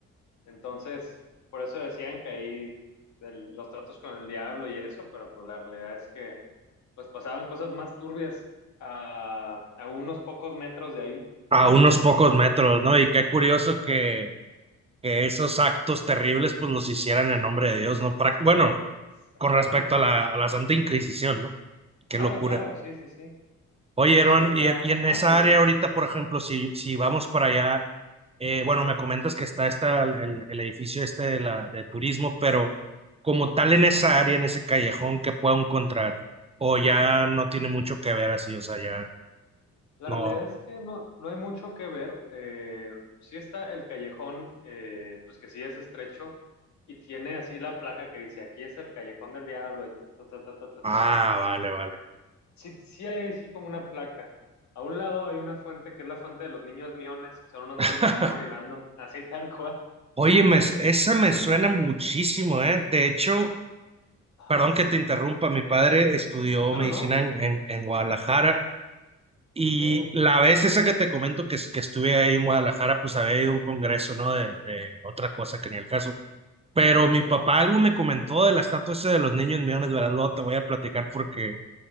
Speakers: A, on the left; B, on the right.
A: Entonces, por eso decían que ahí el- los tratos con el diablo y eso, pero pues la realidad es que pues pasaban cosas más turbias a, a unos pocos metros de ahí.
B: A unos pocos metros, ¿no? Y qué curioso que que esos actos terribles pues los hicieran en nombre de Dios, ¿no? Práct- bueno,
A: Exactamente.
B: con respecto a la, a la Santa Inquisición, ¿no? Qué
A: Claro,
B: locura.
A: claro, sí, sí, sí.
B: Oye,
A: Eso
B: hermano,
A: sí está.
B: y, y en
A: Ajá,
B: esa
A: dime.
B: área ahorita, por ejemplo, si, si vamos para allá, eh, bueno, me comentas que está esta, el, el edificio este de, la, de turismo, pero como tal en esa área, en ese callejón, ¿qué puedo encontrar? O ya no tiene mucho que ver así, o sea, ya
A: La
B: no.
A: realidad es que no, no hay mucho que ver. Eh, sí está el callejón, eh, pues que sí es estrecho y tiene así la placa que dice, aquí es el callejón del diablo, y ta, ta, ta, ta, ta, ta,
B: Ah,
A: ta. ta.
B: vale, vale.
A: Sí, sí hay así como una placa. A un lado hay una fuente que es la fuente de los niños miones, que son unos niños
B: <laughs>
A: que están orinando, <laughs> así tal cual.
B: Oye, me-
A: Pues,
B: esa me suena
A: ajá,
B: muchísimo, ¿eh? De hecho,
A: ajá.
B: Perdón que te interrumpa, mi padre estudió
A: No,
B: medicina
A: no, no.
B: en, en- en Guadalajara y
A: Ok,
B: la vez esa que te comento que, es- que estuve ahí en Guadalajara, pues había ido a un congreso, ¿no? De, de otra cosa que ni el caso. Pero
A: ok.
B: mi papá algo me comentó de la estatua esa de los niños millones, ¿verdad? Luego te voy a platicar porque...